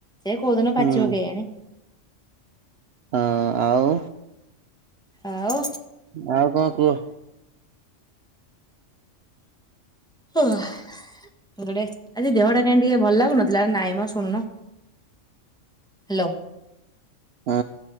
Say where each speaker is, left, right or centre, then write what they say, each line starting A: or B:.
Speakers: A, in the centre; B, on the right.
A: ସେ କୋଉ ଦିନ
B: ହୁଁ
A: ପାଚିବ
B: ହଁ
A: କେୟାଣିି।
B: ହଁ ଆଉ।
A: ଆଉ।
B: ଆଉ କଁ କୁହ?
A: <unintelligible> ଆଜି ଦେହ ଟା କାଇଁ ଟିକେ ଭଲ ଲାଗୁନଥିଲା, ନାଇଁ ମ ଶୁଣୁନ ହ୍ୟାଲୋ।
B: ହଁ